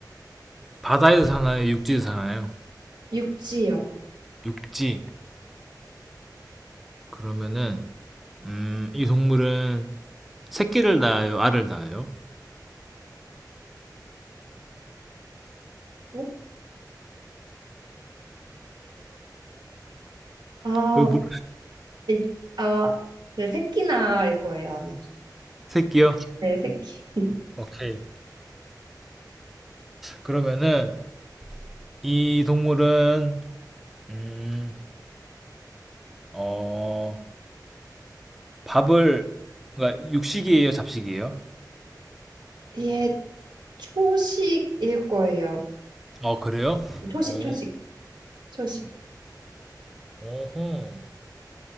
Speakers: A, in the centre; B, on the right.
A: 바다에서 사나요? 육지에서 사나요?
B: 육지요.
A: 육지. 그러면은, 음, 이 동물은 새끼를 낳아요? 알을 낳아요?
B: 어? 아,
A: 왜, 물,
B: 네, 어, 네, 새끼나일 거예요, 아마.
A: 새끼요?
B: 네, 새끼. <laughs>
A: 오케이. 그러면은, 이 동물은, 음, 어, 밥을, 그러니까 육식이에요? 잡식이에요?
B: 얘 초식일 거예요.
A: 어, 그래요?
B: 초식,
A: 어,
B: 초식, 초식.
A: 어허.